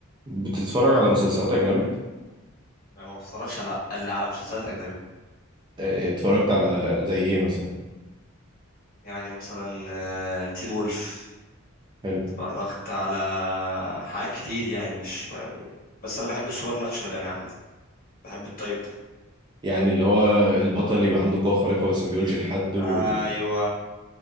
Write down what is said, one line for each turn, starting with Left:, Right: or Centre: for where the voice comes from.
Right: بتتفرج على مسلسلات أجنبي؟
Left: أنا ما بتفرجش على الا على مسلسلات اجنبي
Right: آه، اتفرجت على زي إيه مثلا؟
Left: يعني مثلا آه، تين وولف
Right: حلو
Left: اتفرجت على حاجات كتير يعني مش ما... بس انا بحب السوبر ناتشرال يعني عامه بحب الطيب ده
Right: يعني اللي هو البطل يبقى عنده قوة خارقة بس ما بيقولش لحد و...
Left: ايوه